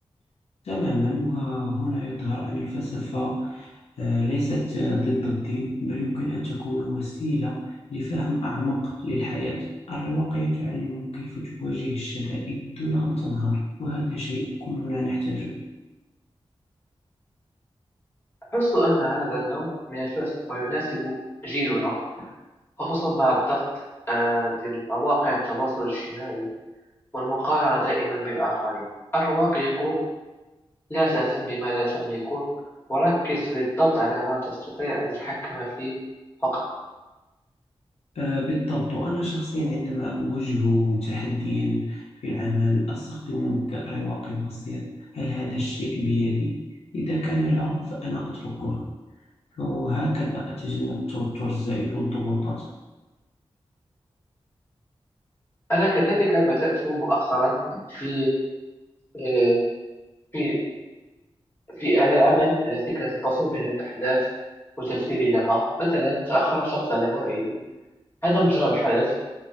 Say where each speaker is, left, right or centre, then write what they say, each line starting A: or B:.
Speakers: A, on the left; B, on the left.
A: تماما وهنا يظهر أن الفلسفة آه، ليست آه، ضد الدين بل يمكن أن تكون وسيلة لفهم أعمق للحياة الرواقية تعلمك كيف تواجه الشدائد دون أن تنهار وهذا شيء كلنا نحتاجه
B: أحس أن هذا النوع من الفلسفة يناسب جيلنا خصوصا مع الضغط آه، ديال مواقع التواصل الاجتماعي والمقارنة دائما بالآخرين الرواق يقول لا تهتم بما لا تملكه وركز بالضبط على ما تستطيع أن تتحكم فيه فقط
A: آه، بالضبط وأنا شخصيا عندما أواجه تحديا في العمل أستخدم مبدأ رواقي بسيط هل هذا الشيء بيدي؟ إذا كان لا فأنا أتركه وهكذا أتجنب التوتر الزائد والضغوطات
B: أنا كذلك بدأت مؤخرا في آه، في في على العمل على فكرة الفصل بين الأحداث وتفسيري لها مثلا تأخر شخص على موعدي هذا مجرد حدث